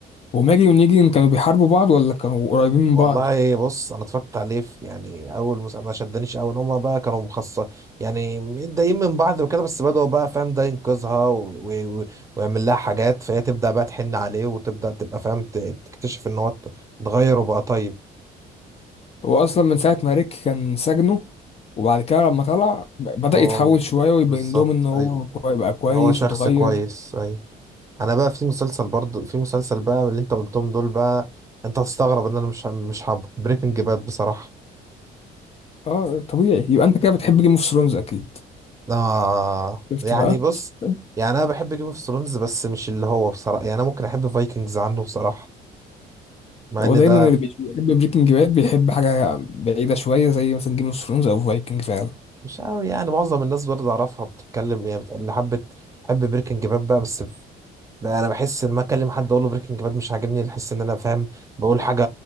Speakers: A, on the left (about 35°); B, on the right (about 20°).
A: وماجي ونيجي كانوا بيحاربوا بعض ولا كانوا قريبين من
B: والله
A: بعض
B: بص انا اتفرجت عليه في يعني اول مسلسل ما شدنيش اول هما بقى كانوا مخصص يعني متضايقين من بعض وكده بس بدأوا بقى فاهم ده ينقذها و... و... و... ويعمل لها حاجات فهي تبدأ بقى تحن عليه وتبدأ تبقى فاهم ت... تكتشف ان هو ات- اتغير وبقى طيب
A: هو اصلا من ساعه ما ريك كان سجنه وبعد كده لما طلع ب- بدأ
B: هو
A: يتحول شويه ويبين
B: بالظبط
A: لهم ان هو
B: ايوه
A: كوي- بقى كويس
B: ان هو شخص
A: واتغير
B: كويس ايوه انا بقى في مسلسل برضه في مسلسل بقى اللي انت قلتهم دول بقى انت هتستغرب ان انا مش مش حابه بريكنج باد بصراحه
A: اه طبيعي يبقى انت كده بتحب جيم اوف ثرونز اكيد
B: آه
A: شفت
B: يعني
A: بقى
B: بص
A: <laughs>
B: يعني انا بحب جيم اوف ثرونز بس مش اللي هو بصراحه يعني انا ممكن احب فايكنجز عنه بصراحه مع ان
A: هو دايما
B: ده
A: اللي بيش- بيحب بريكنج باد بيحب حاجه بعيده شويه زي مثلا جيم اوف ثرونز او فايكنج فعلا
B: مش قوي يعني معظم الناس برضه اعرفها بتتكلم يعني بت- اللي حبت حب بريكنج باد بقى بس ف- بقى انا بحس ان ما اكلم حد اقول له بريكنج باد مش عاجبني بحس ان انا فاهم بقول حاجه